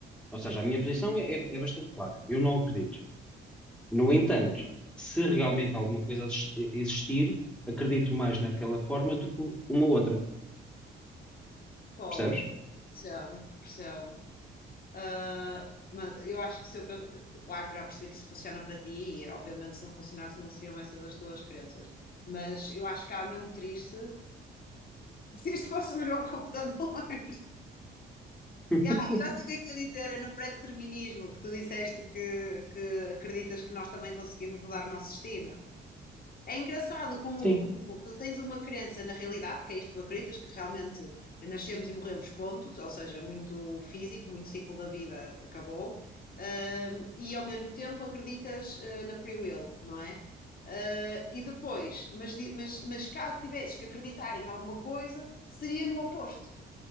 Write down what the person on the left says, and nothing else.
Fogo,
percebo, percebo. Ah, mas eu acho que se eu. Claro que já percebi que isso funciona para ti, e obviamente se não funcionasse não seriam essas as tuas crenças. Mas eu acho que há mesmo triste <laughs> se isto fosse o meu computador. <laughs>
Ya, e já sei o que é que ia dizer, é no pré-determinismo que tu disseste que, que acreditas que nós também conseguimos mudar o nosso destino. É engraçado como,
como tu tens uma crença na realidade, porque é isto que tu acreditas, que realmente nascemos e morremos, ponto, ou seja, muito físico, muito ciclo da vida acabou, hum, e ao mesmo tempo acreditas eh, na free will, não é? Eh, e depois, mas, di- mas, mas caso tivesses que acreditar em alguma coisa, seria no oposto.